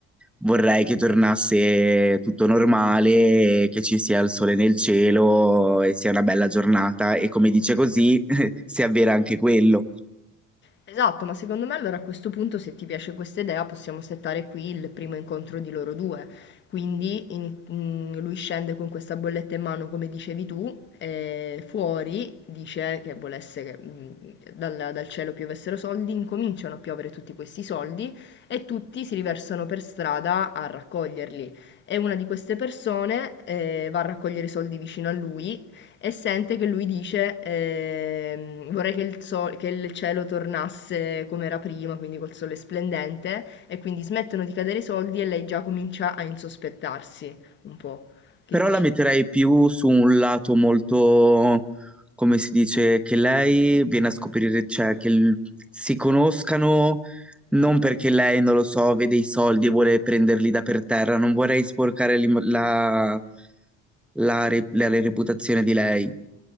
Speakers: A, in the centre; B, on the left.
A: Vorrei che tornasse tutto normale, che ci sia il sole nel cielo e sia una bella giornata e come dice così <laughs> si avvera anche quello.
B: Esatto, ma secondo me allora a questo punto se ti piace questa idea possiamo settare qui il primo incontro di loro due. Quindi in- mm, lui scende con questa bolletta in mano come dicevi tu e fuori dice che volesse che mm, dal, dal cielo piovessero soldi, incominciano a piovere tutti questi soldi e tutti si riversano per strada a raccoglierli. E una di queste persone eh, va a raccogliere i soldi vicino a lui e sente che lui dice ehm, vorrei che il, so- che il cielo tornasse come era prima, quindi col sole splendente, e quindi smettono di cadere i soldi e lei già comincia a insospettarsi un po'. Che
A: Però
B: dici?
A: la metterei più su un lato molto, come si dice, che lei viene a scoprire, cioè che il- si conoscano non perché lei, non lo so, vede i soldi e vuole prenderli da per terra. Non vorrei sporcare l'im- la, la re- la reputazione di lei.